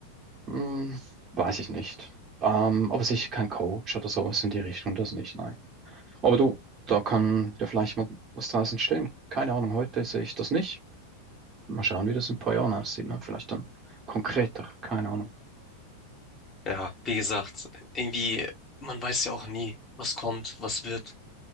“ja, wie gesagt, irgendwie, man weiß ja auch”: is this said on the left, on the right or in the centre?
Left